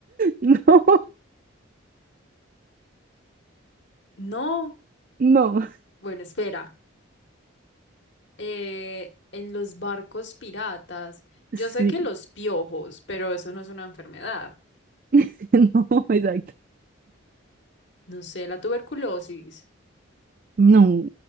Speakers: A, on the right; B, on the left.
A: No,
B: No.
A: no.
B: Bueno, espera. Eh, en los barcos piratas. Yo
A: Sí,
B: sé que los piojos, pero eso no es una enfermedad.
A: <laughs> no, exacto
B: No sé, la tuberculosis.
A: No,